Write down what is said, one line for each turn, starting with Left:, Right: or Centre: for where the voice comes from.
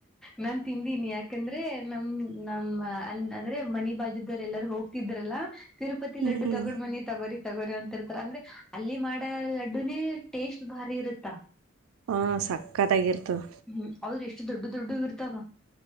Centre: ನಾನ್ ತಿಂದೀನಿ ಯಾಕಂದ್ರೆ ನಮ್ ನಮ್ಮ ಅ ಅಂದ್ರೆ ಮನಿ ಬಾಜ <unintelligible> ಎಲ್ಲಾರೂ ಹೋಗ್ತಿದ್ರಲ್ಲ ತಿರುಪತಿ
Right: ಹ್ಮ್
Centre: ಲಡ್ಡು ತಗೊಂಡು ಬನ್ನಿ ತಗೋರಿ ತಗೋರಿ ಅಂತಿರ್ತಾರ ಅಂದ್ರೆ ಅಲ್ಲಿ ಮಾಡ ಲಡ್ಡುನೇ ಟೇಸ್ಟ್ ಬಾರಿ ಇರುತ್ತಾ
Right: ಹಾ ಸಕ್ಕತ್ತಾಗಿರ್ತದ
Centre: ಹ್ಮ್ ಅವ್ರ ದೊಡ್ಡ ದೊಡ್ದದು ಇರ್ತಾವ